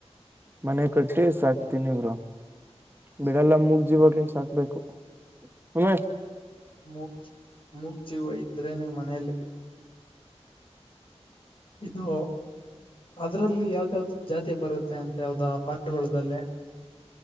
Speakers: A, on the right; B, on the left.
A: ಮನೆ ಕಟ್ಟಿ ಸಾಕ ತಿನ್ನಿ ಬ್ರೋ ಬಿಡಲ್ಲ ಮುಗ್ಗಾ ಜೀವಾಗ್ಲಿನ್ ಸಾಕ್ಬೇಕು ಹಮ
B: ಮೂ ಮೂ ಜೀವ ಇದ್ರೇನೆ ಮನೇಲಿ ಇದು ಅದ್ರಲ್ಲಿ ಯಾವ್ದ ಯಾವ್ದ ಜಾತಿ ಬರುತ್ತೆ ಅಂತ ಯಾವ್ದ ಪಾಠದಲ್ಲಿ